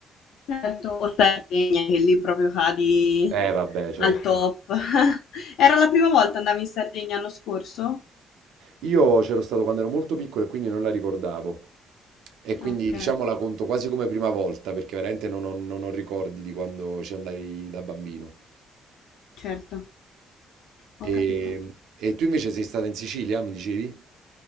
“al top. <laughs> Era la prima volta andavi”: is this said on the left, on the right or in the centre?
Left